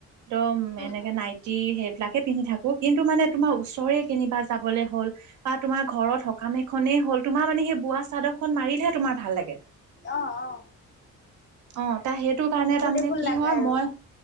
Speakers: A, on the right; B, on the left.
A: একদম
B: উম,
A: এনেকে
B: উম,
A: নাইটি সেইবিলাকে পিন্ধি থাকো কিন্তু মানে তোমাৰ ওচৰৰে কেনিবা যাবলৈ হ'ল বা তোমাৰ ঘৰত স -কাম এখনেই হ'ল তোমাৰ মানে সেই বোৱা চাদৰখন মাৰিলেহে তোমাৰ ভাল লাগে।
B: অ', অ'।
A: অ তাৰ সেইটো কাৰণে
B: কমফৰ্টেবল
A: তাৰমানে কি
B: লাগে
A: হয়
B: আৰু।
A: মই